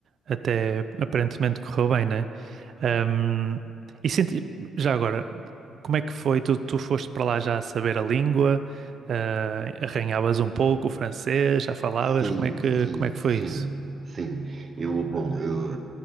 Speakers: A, on the right; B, on the right.
A: até aparentemente correu bem, né? Ahm, e senti... já agora, como é que foi? Tu, tu foste para lá já a saber a língua, ah, arranhavas um pouco o francês, já falavas,
B: Sim,
A: como é que,
B: sim,
A: como é que foi
B: sim,
A: isso?
B: sim. Eu, bom, eu,